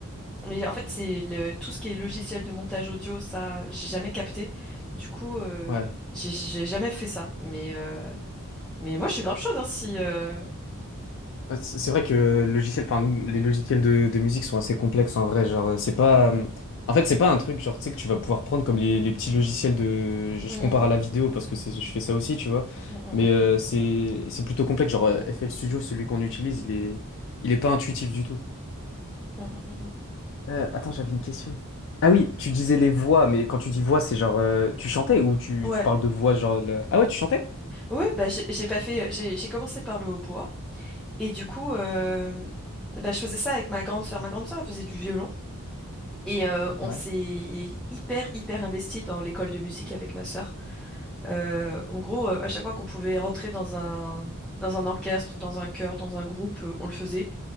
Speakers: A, in the centre; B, on the left.
A: mais en fait c'est le tout ce qui est logiciel de montage audio, ça j'ai jamais capté. Du coup euh,
B: Ouais.
A: j'ai j'ai jamais fait ça. Mais euh, mais moi je suis grave chaude hein, si euh...
B: Ouais, C'est c'est vrai que le logiciel, enfin, les logiciels de, de musique sont assez complexes en vrai. Genre, euh, c'est pas. euh, En fait, c'est pas un truc, genre, tu sais, que tu vas pouvoir prendre comme les, les petits logiciels de. Je,
A: Mm,
B: je compare à la vidéo parce que c'est- je fais ça aussi, tu vois.
A: mm, mm,
B: Mais
A: mm.
B: euh, c'est c'est plutôt complexe. Genre, euh, FL Studio, celui qu'on utilise, il est, il est pas intuitif du tout.
A: Mm, mm, mm, mm.
B: Euh, attends, j'avais une question. Ah oui, tu disais les voix, mais quand tu dis voix, c'est genre. euh, tu chantais ou tu,
A: Ouais,
B: tu parles de voix, genre. de la- Ah ouais, tu chantais?
A: ouais, bah j'ai j'ai pas fait, j'ai j'ai commencé par le hautbois et du coup, euh, bah, je faisais ça avec ma grande sœur. Ma grande sœur, elle faisait du violon et euh, on
B: Ouais,
A: s'est hyper hyper investi dans l'école de musique avec ma sœur. Euh, en gros, euh, à chaque fois qu'on pouvait rentrer dans un dans un orchestre, dans un chœur, dans un groupe, euh, on le faisait.